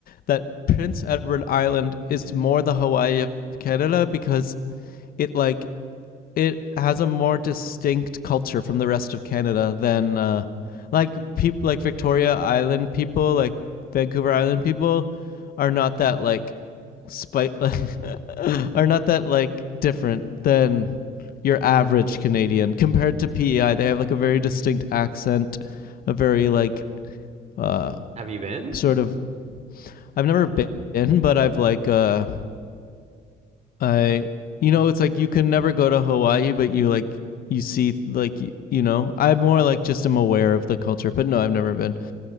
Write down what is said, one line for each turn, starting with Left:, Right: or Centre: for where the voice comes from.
Left: that Prince Edward Island is more the Hawaii of Canada because it like it has a more distinct culture from the rest of Canada than uh, like people like Victoria Island people, like Vancouver Island people, are not that like spite like, <laughs> are not that like different than your average Canadian compared to PEI. They have like a very distinct accent, a very like uh
Right: Have you been?
Left: sort of. I've never been, but I've like uh I you know it's like you can never go to Hawaii, but you like you see like you know. I more
Right: Yeah.
Left: like just am aware of the culture, but no, I've never been.